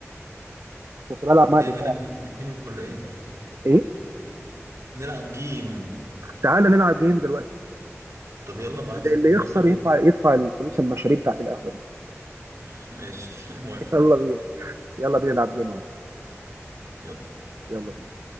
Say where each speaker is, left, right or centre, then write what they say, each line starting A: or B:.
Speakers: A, on the right; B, on the right.
A: كنت بلعب مع
B: جاي
A: دفاع
B: منك نلعب جيم ولا ايه
A: ايه
B: نلعب جيم
A: تعال نلعب جيم دلوقتي
B: طب يلا ابعت
A: اللي
B: لي
A: يخسر
B: يلا بينا
A: يدفع يدفع الفلوس المشاريب بتاعت القهوه دي
B: <laughs> ماشي <laughs> موافق
A: <laughs> يلا بينا يلا بينا نلعب جيم اهو
B: يلا
A: يلا بينا